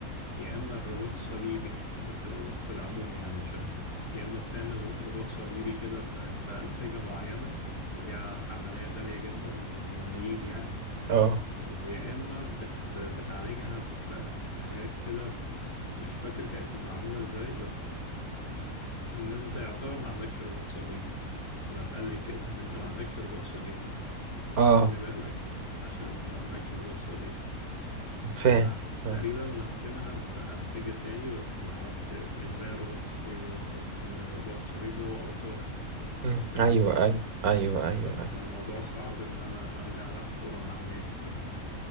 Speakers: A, on the left; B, on the right.
A: يا إما الرباط الصليبي ده في, ال... في العموم يعني مش أنا يا إما بتعمل رباط صليبي كده ب... بأنسجة معينة ودي ع- عملية غالية جدا بملايين يعني
B: اه
A: ويا إما بت... بتعالجها ب... بحاجات كده مش فاكر كانت معمولة ازاي بس ان انت يعتبر ما عندكش رباط صليبي انا اتقال لي كده ان انت ما عندكش رباط صليبي
B: اه
A: تخلي بالك عشان انت ما عندكش رباط صليب
B: فاهم
A: ع-
B: فاهم.
A: تقريبا ماسكينها بأنسجة تاني بس ما اعرفش مش زي الرباط الصليبي بالظبط ان الرباط الصليبي هو اوتار
B: مم.
A: فاهمني
B: ايوه ايوه ايوه ايوه
A: بس
B: ايوه
A: فالموضوع صعب ان انا ارجع العب كورة مع نادي تاني